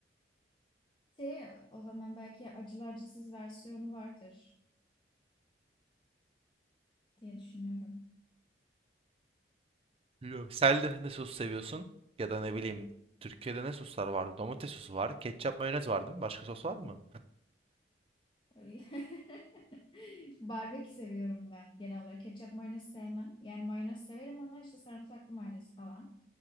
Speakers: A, on the left; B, on the right.
A: Şey, o zaman belki acılı acısız versiyonu vardır diye düşünüyorum.
B: Biliyorum. Sen de ne sos seviyorsun? Ya da ne bileyim Türkiye'de ne soslar vardı? Domates sosu var. Ketçap mayonez var değil mi? Başka sos var mı?
A: Ee, <laughs> Barbekü seviyorum ben genel olarak. Ketçap mayonez sevmem. Yani mayonez severim ama işte sarımsaklı mayonez falan.